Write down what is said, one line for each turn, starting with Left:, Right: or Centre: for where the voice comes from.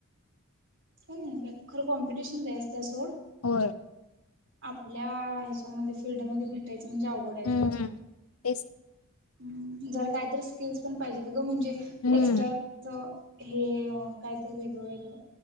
Right: काय नाही खर कॉम्पिटिशन! <inaudible> ते सोड
Left: होय
Right: आपल्या ह्याच्यामध्ये फिल्डमध्ये भेटायच म्हणजे अवघड हाय
Left: हम्म
Right: जरा.
Left: तेच
Right: हम् जरा कायतरी स्किल्स पण पाहीजेत ग म्हणजे
Left: हम्म
Right: एक्सट्रा ज हे कायतर वेगळं वेगळं.